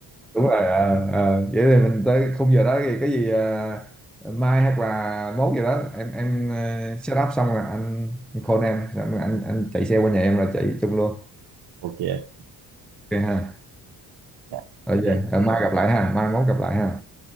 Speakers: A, in the centre; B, on the right.
A: đúng rồi ờ, ờ. vậy thì mình tới khung giờ đó thì cái gì à, mai hoặc là mốt giờ đó em em ờ, set up xong rồi anh, call em xong rồi anh anh chạy xe qua nhà em là chạy chung luôn
B: ok yeah,
A: ok ha
B: yeah.
A: rồi
B: ok
A: về Ờ, mai gặp lại ha mai mốt gặp lại ha